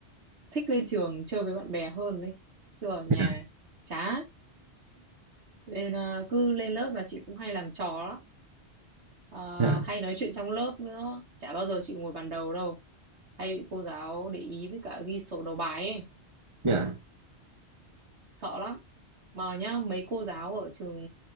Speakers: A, on the right (about 80°); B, on the right (about 30°).
A: thích lên trường chơi với bạn bè hơn đấy. Chứ ở nhà
B: dạ
A: chán nên à, cứ lên lớp là chị cũng hay làm trò lắm Ờ,
B: dạ
A: hay nói chuyện trong lớp nữa chả bao giờ chị ngồi bàn đầu đâu hay bị cô giáo để ý với cả ghi sổ đầu bài ấy
B: dạ.
A: sợ lắm mà nhá mấy cô giáo ở trường